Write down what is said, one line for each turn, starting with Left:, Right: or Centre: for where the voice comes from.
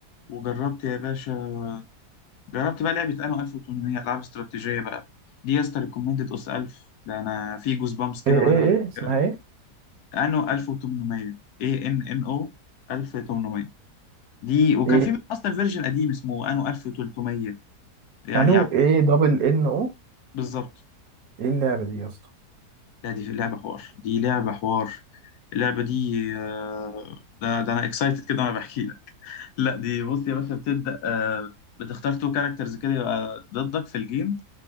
Left: وجربت يا باشا جربت بقى لعبه انا 1800 العاب استراتيجيه بقى دي يا اسطى ريكومندد اس 1000 ده انا في جوز بامس كده
Right: ايه
Left: وانا
Right: ايه ايه
Left: بفتكرها
Right: اسمها ايه
Left: انو 1800 اي ان ان او 1800 دي وكان
Right: ايه
Left: في منها اصلا فيرجن قديم اسمه انو 1300 يعني
Right: انو
Left: عم-
Right: ايه دبل ان او
Left: بالظبط
Right: ايه اللعبة دي يا اسطى
Left: لا دي في اللعبه حوار دي لعبه حوار اللعبه دي آه، ده, ده انا اكسايتد كده وانا بحكي لك لا دي بص يا باشا بتبدا آه، بتختار تو كاركترز كده يبقى ضدك في الجيم